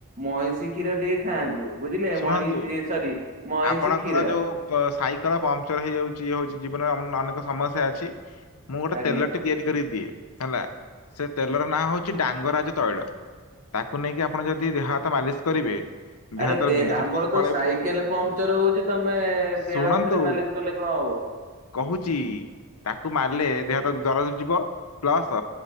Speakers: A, on the right (about 35°); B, on the left (about 80°).
A: ମଇଁଷି କ୍ଷୀର ଟିକେ ଖାଆନ୍ତୁ। ବୁଝିଲେ
B: ଶୁଣନ୍ତୁ
A: ମାଣି ସରି ମଇଶିଖିର।
B: ଆପଣଙ୍କର ଯୋଉ ସାଇକେଲ ପାମ୍ପଚର ହେଇଯାଉଛି ଇଏ ହଉଛି ଜୀବନରେ ଅନେକ ସମସ୍ୟା ଅଛି। ମୁଁ ଗୋଟେ
A: ଆଜ୍ଞା।
B: ତେଲଟି ତିଆରି କରିଦିଏ ହେଲା ସେ ତେଲର ନାଁ ହଉଛି ଡାଙ୍ଗରାଜ ତୈଳ। ତାକୁନେଇକି ଆପଣ ଯଦି ଦେହ ହାତ ମାଲିସ୍ କରିବେ। ଦେହ
A: ଆରେ
B: ହାତର
A: ଦେ
B: ବିନ୍ଧା
A: ଆମରତ
B: ଛିଟିକି ପଳେଇବ।
A: ସାଇକେଲ ପମ୍ପଚର ହଉଛି ତମେ ଦେହ
B: ଶୁଣନ୍ତୁ
A: ହାତରେ ମାଲିସ୍ କଲେ କଣ ହବ।
B: କହୁଛି ତାକୁ ମାରିଲେ ଦେହ ହାତ ଦରଜ ଯିବ ପ୍ଲସ୍